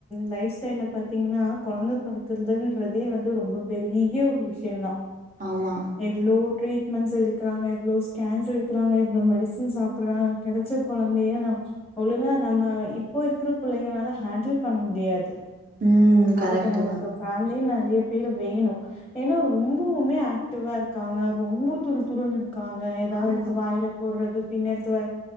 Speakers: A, in the centre; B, on the right.
A: லைஃப் ஸ்டைல்ல பாத்தீங்கன்னா கொழந்த பொறக்குறதுன்றதே வந்து ரொம்ப பெரிய ஒரு விஷியோந்தா
B: ஆமா
A: எவ்ளோ ட்ரீ மென்ஸ் எடுக்குறாங்க எவ்ளோ ஸ்கேன்ஸ் எடுக்குறாங்க எவ்ளோ மெடிசன் சாப்புடுறாங்க கெடச்ச கொழந்தய நம் ஒழுங்கா நம்ம இப்போ இருக்கிற புள்ளைங்கலால ஹேண்டில் பண்ண முடியாது
B: ம்
A: அதுக்கு
B: கரெக்ட்
A: நமக்கு
B: தா
A: ஃபேமிலி நெறய பேர் வேணு ஏனா ரொம்பவுமே ஆக்டிவா இருக்காங்க ரொம்ப துரு துருனு இரு க்காங்க எதாவது
B: ஆமா
A: எடுத்து வாயில போடுறது பின்ன எடுத்து வாய்